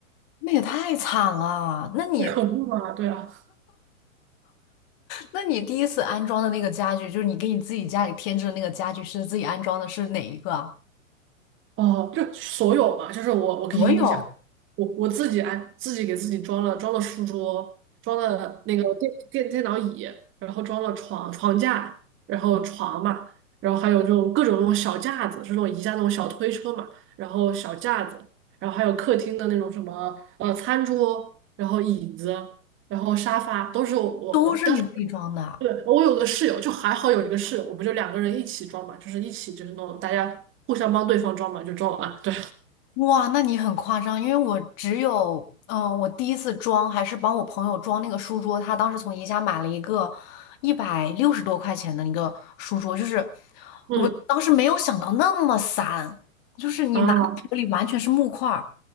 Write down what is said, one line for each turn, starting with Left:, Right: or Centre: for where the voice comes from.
Left: 那也太惨了。那你
Right: <laughs>，可恐怖啊对啊。
Left: 那你第一次安装的那个家具，就是你给你自己家里添置的那个家具，是自己安装的，是哪一个啊？
Right: 哦，就所有嘛，就是我，我可以给你讲，
Left: 所有
Right: 我我自己安自己给自己装了装了书桌，装了那个电电电脑椅，然后装了床床架，然后床嘛，然后还有这种各种那种小架子，就是那种宜家那种小推车嘛，然后小架子，然后还有客厅的那种什么呃餐桌，然后椅子，然后沙发，都是我我我，
Left: 都是你自己装的啊。
Right: 但是。对，我有个室友，就还好有一个室友，我们就两个人一起装嘛，就是一起就是那种大家互相帮对方装嘛，就装完。对
Left: 哇，那你很夸张，因为我只有，嗯、我第一次装还是帮我朋友装那个书桌，他当时从宜家买了一个一百六十多块钱的一个书桌，就是
Right: <laughs>，嗯
Left: 我当时没有想到那么散，就是你拿到手里完全是木块儿，
Right: 啊，